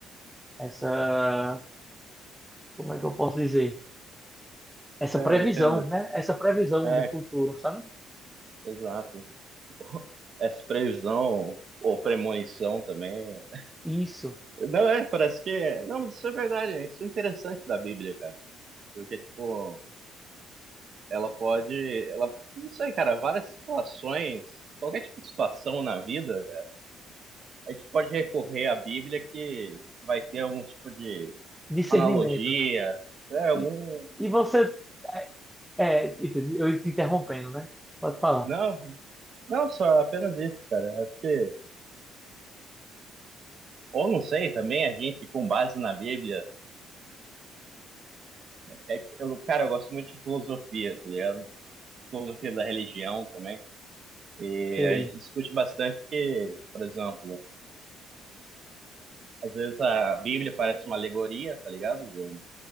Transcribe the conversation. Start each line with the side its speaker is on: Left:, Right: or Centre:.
Centre: essa, como é que eu posso dizer? Essa
Right: É,
Centre: previsão,
Right: eu entendo.
Centre: né? Essa previsão
Right: É,
Centre: do futuro, sabe?
Right: exato. <laughs> Essa previsão ou premonição também.
Centre: Isso,
Right: Não é, parece que. é. Não, mas isso é verdade, né? isso é interessante da Bíblia, cara. Porque, tipo, ela pode. Ela, não sei, cara, várias situações, qualquer tipo de situação na vida, cara, a gente pode recorrer à Bíblia que vai ter algum tipo de
Centre: discernimento.
Right: analogia, é, algum.
Centre: E, e você, é, é, Peter, eu te interrompendo, né? Pode falar.
Right: Não, não só apenas isso, cara. Acho que. Ou não sei, também a gente, com base na Bíblia. É que eu, cara, eu gosto muito de filosofia, tá ligado? filosofia da religião também. E
Centre: Sei,
Right: a gente discute bastante que, por exemplo, às vezes a Bíblia parece uma alegoria, tá ligado? Do,